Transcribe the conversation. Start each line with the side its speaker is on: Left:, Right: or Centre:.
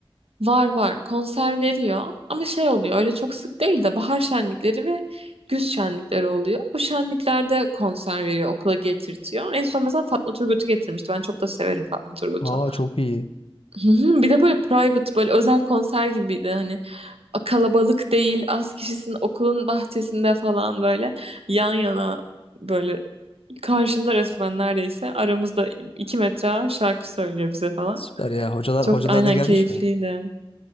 Right: var var konser veriyor ama şey oluyor öyle çok sık değil de bahar şenlikleri ve güz şenlikleri oluyor. O şenliklerde konser veriyor okula getirtiyor. En son mesela Fatma Turgut'u getirmişti. Ben çok da severim Fatma Turgut'u.
Left: Aa çok iyi.
Right: Hı hı, Bir de böyle private böyle özel konser gibiydi hani. kalabalık değil, az kişisin okulun bahçesinde falan böyle yan yana böyle karşımda resmen neredeyse aramızda iki metre şarkı söylüyor bize falan.
Left: Süper ya. Hocalar
Right: Çok
Left: hocalar
Right: aynen
Left: da gelmiş
Right: keyifliydi.
Left: mi?